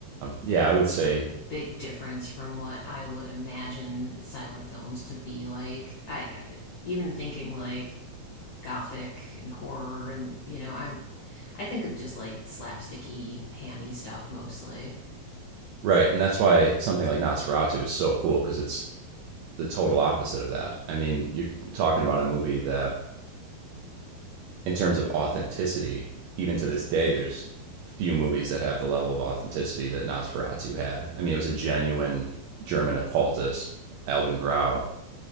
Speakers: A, on the right (about 80°); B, on the left (about 85°).
A: Yeah,
B: That's
A: I would say,
B: a big difference from what I would imagine silent films to be like. I even thinking like gothic and horror and you know, I'm I think of just like slapsticky, hammy stuff mostly.
A: right. And that's why something like Nosferatu is so cool because it's the total opposite of that. I mean, you're talking about a movie that in terms of authenticity, even to this day, there's few movies that have the level of authenticity that Nosferatu had. I mean, it was a genuine German occultist, Alban Grau.